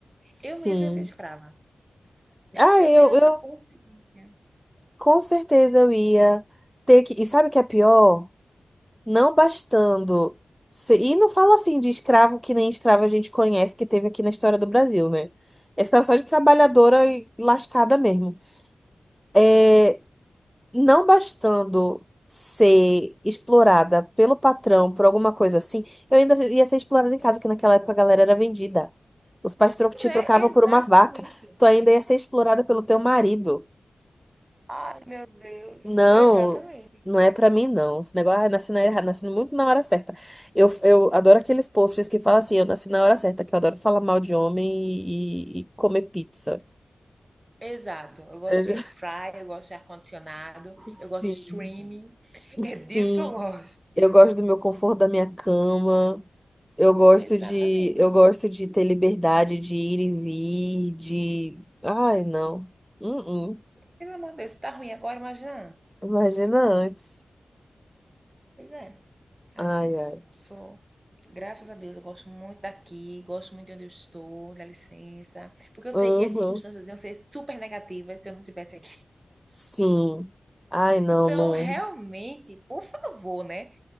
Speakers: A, in the centre; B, on the right (about 20°).
A: sim.
B: Eu mesma ia ser escrava.
A: Ah,
B: Eu
A: eu,
B: tenho essa
A: eu
B: consciência.
A: com certeza eu ia ter que. E sabe o que é pior? Não bastando. ser- E não falo assim de escravo que nem escravo a gente conhece, que teve aqui na história do Brasil, né? É escravo só de trabalhadora e lascada mesmo. É, não bastando ser explorada pelo patrão por alguma coisa assim, eu ainda ia ser explorada em casa, que naquela época a galera era vendida. Os pais tro-
B: Pois
A: te
B: é,
A: trocavam
B: exatamente.
A: por uma vaca. Tu ainda ia ser explorada pelo teu marido.
B: Ai, meu Deus.
A: Não,
B: Exatamente.
A: não é pra mim, não. Esse negócio, ah, nasci na errada, nasci muito na hora certa. Eu, eu adoro aqueles posts que falam assim, eu nasci na hora certa, que eu adoro falar mal de homem e, e comer pizza.
B: Exato. Eu gosto
A: É,
B: de air fry, eu gosto de ar-condicionado,
A: <laughs> Sim.
B: eu gosto de streaming.
A: Sim,
B: É disso que eu gosto.
A: eu gosto do meu conforto da minha cama. Eu gosto
B: Exatamente.
A: de, eu gosto de ter liberdade de ir e vir, de... Ai, não. Uh -uh.
B: Pelo amor de Deus, se tá ruim agora, imagina antes.
A: Imagina antes.
B: Pois é. Ah,
A: Ai,
B: não. Sou,
A: ai.
B: sou Graças a Deus, eu gosto muito daqui, gosto muito de onde eu estou, dá licença. Porque eu
A: Uhum.
B: sei que as circunstâncias iam ser super negativas se eu não estivesse aqui.
A: Sim. Ai, não,
B: Então,
A: não.
B: realmente, por favor, né?